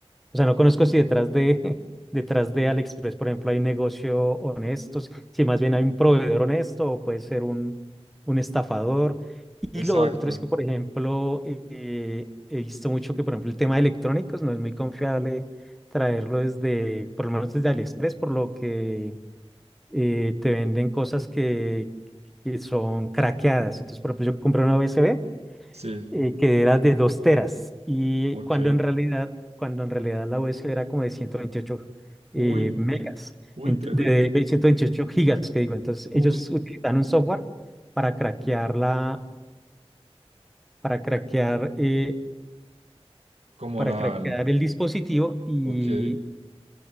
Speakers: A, in the centre; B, on the right.
A: o sea, no conozco si detrás de, <laughs> detrás de AliExpress, por ejemplo, hay un negocio honesto, si si más bien hay un proveedor honesto o puede ser un, un estafador.
B: exacto.
A: Y lo otro es que, por ejemplo, eh, he visto mucho que, por ejemplo, el tema de electrónicos no es muy confiable traerlo desde, por lo menos desde AliExpress, por lo que eh, te venden cosas que, que son craqueadas. Entonces, por ejemplo, yo compré una USB
B: Sí,
A: eh, que era de 2 teras y
B: ok.
A: cuando en realidad, cuando en realidad la USB era como de 128 eh,
B: Uy,
A: megas,
B: uy,
A: ent-
B: te
A: de
B: ven.
A: 128 gigas, que digo. Entonces ellos
B: Uy,
A: utilizan un software para craquear la, para craquear, eh,
B: como
A: para
B: la...
A: craquear
B: al-
A: el dispositivo y,
B: Ok.